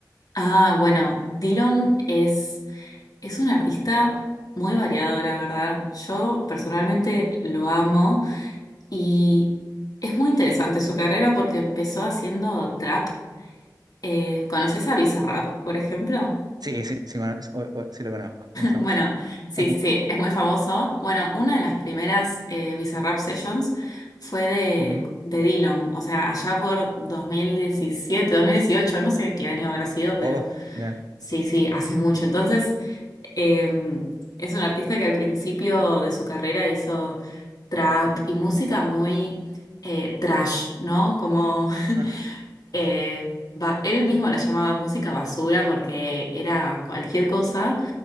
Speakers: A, on the left; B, on the right.
A: Ah, bueno, Dillom es, es un artista muy variado, la verdad. Yo personalmente lo amo y es muy interesante su carrera porque empezó haciendo trap. Eh, ¿conoces a Bizarrap, por ejemplo?
B: Sí, sí, sí, cono- o- o- sí lo conozco, muy famoso.
A: Bueno, sí,
B: <laughs>
A: sí, sí, es muy famoso. Bueno, una de las primeras eh, Bizarrap Sessions fue de,
B: Ujú.
A: de Dillom, o sea, allá por 2017, 2018, no sé qué año habrá sido, pero
B: Oh, ya.
A: sí, sí, hace mucho. Entonces, eh, es un artista que al principio de su carrera hizo trap y música muy eh, trash, ¿no? Como
B: Mm,
A: <laughs> eh, ba- él mismo la llamaba música basura porque era cualquier cosa.